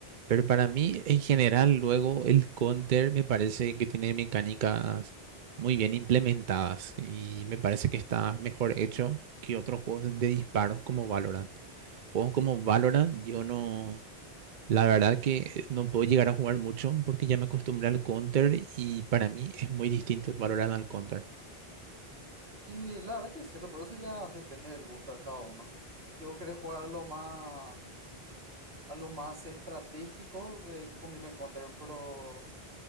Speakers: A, on the right (about 55°); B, on the right (about 70°).
A: Pero para mí, en general, luego el counter me parece que tiene mecánicas muy bien implementadas y me parece que está mejor hecho que otros juegos de disparos como Valorant. Juegos como Valorant, yo no, la verdad que no puedo llegar a jugar mucho porque ya me acostumbré al counter y para mí es muy distinto el Valorant al counter.
B: Y la verdad que es cierto, pero eso ya depende del gusto de cada uno. Si vos querés jugar a más, algo más estratégico, de combina Counter, pero...